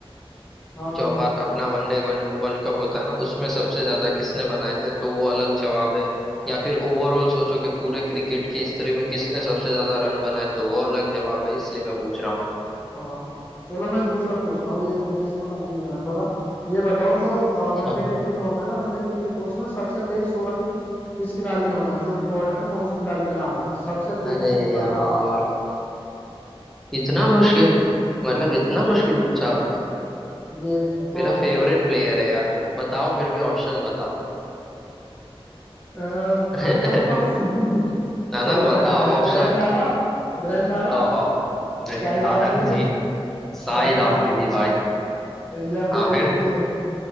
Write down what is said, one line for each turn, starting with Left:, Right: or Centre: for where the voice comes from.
Left: हाँ
Centre: जो अपन अपना वनडे वर्ल्ड कप होता है ना उसमें सबसे ज्यादा किसने बनाए थे तो वो अलग जवाब है या फिर ओवरऑल सोचो कि पूरे क्रिकेट की हिस्ट्री में किसने सबसे ज्यादा रन बनाए तो वो अलग जवाब है इसलिए मैं पूछ रहा हूँ
Left: हाँ चलो मैं दूसरा पूछता हूँ ये मुझे इसमें कंफ्यूजन है थोड़ा ये बताओ जो
Centre: अच्छा
Left: वनडे क्रिकेट होता है ना वनडे क्रिकेट उसमें सबसे तेज सौ रन किस खिलाड़ी ने बनाए जो रिकॉर्ड है ना कौन से खिलाड़ी के नाम है सबसे तेज
Centre: अरे
Left: सौ
Centre: यार
Left: रन
Centre: इतना मुश्किल मतलब इतना मुश्किल पूछा आपने
Left: ये
Centre: मेरा
Left: तो
Centre: फेवरेट
Left: <laughs>
Centre: प्लेयर है यार बताओ फिर भी ऑप्शन बताओ
Left: अ,
Centre: <laughs>
Left: पक्का बताओ <laughs>
Centre: ना
Left: चलो
Centre: ना बताओ
Left: ब- ब्रे-
Centre: ऑप्शन
Left: brain Lara Brian Lara
Centre: ओहो Brian
Left: Shahid
Centre: Lara
Left: Afridi
Centre: ji शाहिद
Left: Shahid
Centre: आफरीदी
Left: Afri
Centre: भाई
Left: या
Centre: हाँ
Left: फिर
Centre: फिर
Left: ये